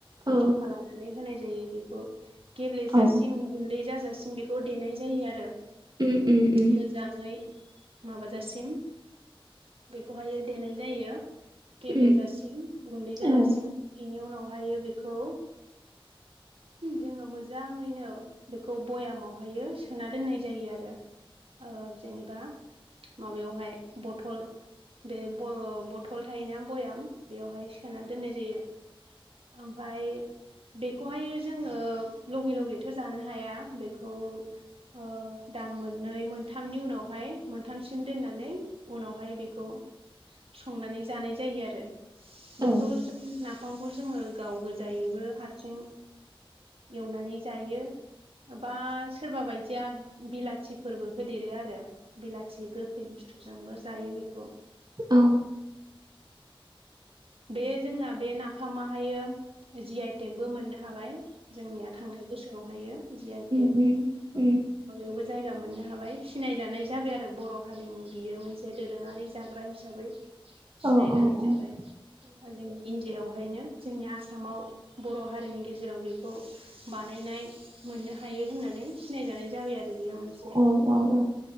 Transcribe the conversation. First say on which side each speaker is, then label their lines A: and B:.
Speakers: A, on the right; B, on the right.
A: औ
B: जखा लानानै होनाय जायो बेखौ गेब्लेजासिम
A: औ
B: गुन्दै जाजासिम बे । खौ देनाय जायो आरो
A: ओम ओम ओम।
B: मोजाङै माबाजासिम बेखौहाय देनाय जायो। गेब्लेजासिम
A: उम
B: गुन्दै जाजासिम
A: औ
B: बेनि उनावहाय बेखौ जोङो मोजाङैनो बेखौ बयामावहायो सोना दोननाय जायो आरो। ओ जेनेबा माबायावहाय बथल बे ब-बथल थायोना बयाम बेवहाय सोना दोननाय जायो। ओमफाय बेखौहाय जोङो लगे लगेथ' जानो हाया बे औ आ दान मोननै मोनथामनि उनावहाय मोनथामसिम दोननानै उनावहाय बेखौ संनानै जानाय जायो आरो।
A: औ
B: बेखौ जों नाफामखौ जोङो गाव गोजायैबो हारसिं एवनानै जायो ओ बा सोरबा बायदिया बिलाथिफोरबो होदेरो आरो। बिलाथि गोखै बुस्थुजोंबो जायो बेखौ।
A: औ।
B: बे जोंना बे नाफामाहायो जि आइ टेकबो मोननो हाबाय। जोंनिया थांनाय बोसोरावहायो जि आइ
A: उम उम।
B: बो जायगा मोननो हाबाय सिनाय जानाय जाबाय आरो बर' हारिनि बियो मोनसे दोरोङारि जाग्रा हिसाबै। साबै
A: औ
B: सिनायजानाय
A: औ
B: जाबाय जोंनि इण्डियाआव बेहायनो जोंनि आसामाव बर' हारिनि गेजेराव बेखौ बानायनाय मोननो हायो होननानै सिनायजानाय जाबाय आरो बेयो मोनसे
A: औ औ औ